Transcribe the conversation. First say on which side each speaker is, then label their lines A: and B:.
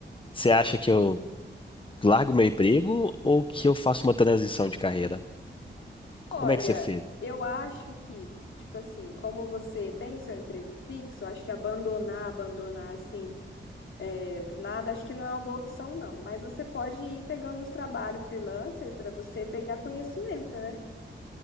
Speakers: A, on the left; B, on the left.
A: você acha que eu largo meu emprego ou que eu faço uma transição de carreira?
B: Olha,
A: Como é que você fez?
B: eu acho que, tipo assim, como você tem o seu emprego fixo, acho que abandonar, abandonar assim, é, do nada, acho que não é uma boa opção, não. Mas você pode ir pegando uns trabalhos freelancer para você pegar conhecimento, né?